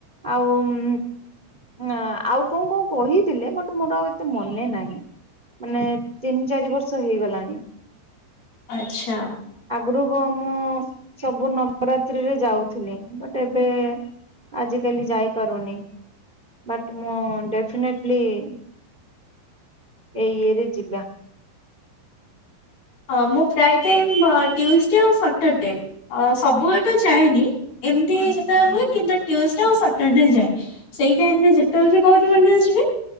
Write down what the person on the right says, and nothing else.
ଆଉ। ଉଁ ଆଉ କଁ କଁ କହିଥିଲେ ବଟ ମୋର ଆଉ ଏତେ ମନେ ନାହିଁ ମାନେ। ତିନି ଚାରି ବର୍ଷ ହେଇଗଲାଣି।
ଆଗରୁ କଁ ମୁଁ ସବୁ ନବରାତ୍ରିରେ ଯାଉଥିଲି ବଟ୍ ଏବେ। ଆଜିକାଲି ଯାଇପାରୁନି। ବଟ୍ ମୁଁ ଡେଫିନେଟଲି ଏଇ ଇଏରେ ଯିବା।